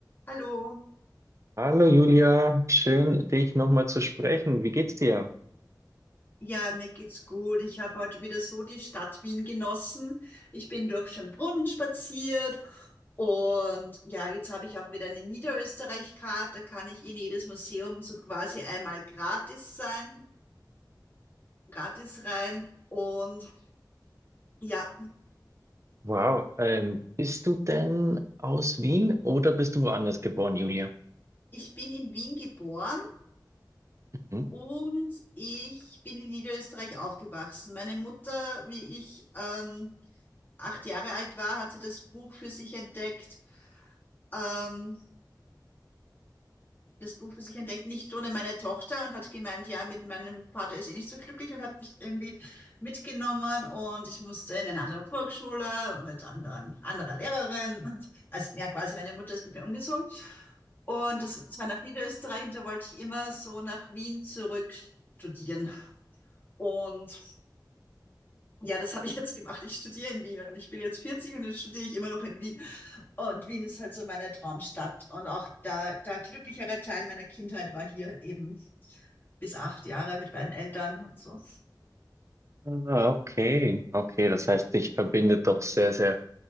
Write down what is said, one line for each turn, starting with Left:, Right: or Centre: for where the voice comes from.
Left: Hallo,
Right: Hallo Julia, schön dich nochmal zu sprechen. Wie geht's dir?
Left: ja, mir geht's gut. Ich habe heute wieder so die Stadt Wien genossen. Ich bin durch Schönbrunn spaziert und ja, jetzt habe ich auch wieder eine Niederösterreich-Karte. Da kann ich in jedes Museum so quasi einmal gratis sein, gratis rein. Und ja,
Right: Wow, ähm, bist du denn aus Wien oder bist du woanders geboren, Julia?
Left: ich bin in Wien geboren
Right: Mhm.
Left: und ich bin in Niederösterreich aufgewachsen. Meine Mutter, wie ich ähm, acht Jahre alt war, hat sie das Buch für sich entdeckt. Ähm, das Buch für sich entdeckt, nicht ohne meine Tochter und hat gemeint, ja, mit meinem Vater ist sie nicht so glücklich und hat mich irgendwie mitgenommen und ich musste in eine andere Volksschule mit anderen, anderer Lehrerin. Und, also ja, quasi meine Mutter ist mit mir umgezogen. Und das, das war nach Niederösterreich und da wollte ich immer so nach Wien zurück studieren. Und ja, das habe ich jetzt gemacht. Ich studiere in Wien und ich bin jetzt 40 und jetzt studiere ich immer noch in Wien. Und Wien ist halt so meine Traumstadt. Und auch der, der glücklichere Teil meiner Kindheit war hier eben bis acht Jahre mit beiden Eltern und so.
Right: Ah, Okay, okay, das heißt, dich verbindet doch sehr, sehr,